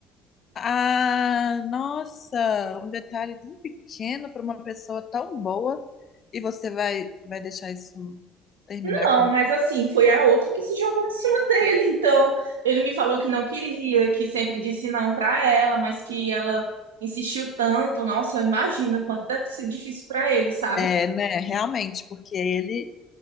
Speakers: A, on the left; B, on the right.
A: Ah, nossa, um detalhe tão pequeno para uma pessoa tão boa e você vai, vai deixar isso terminar
B: Não,
A: com.
B: mas assim, foi a outra que se jogou em cima dele. Então, ele me falou que não queria, que sempre disse não pra ela, mas que ela insistiu tanto. Nossa, imagina quanto deve ter sido difícil pra ele, sabe?
A: É, né? Realmente, porque ele,